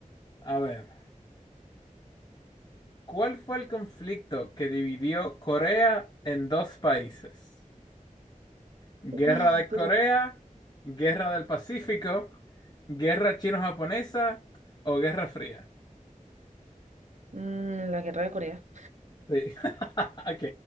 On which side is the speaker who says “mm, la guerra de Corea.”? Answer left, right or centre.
Right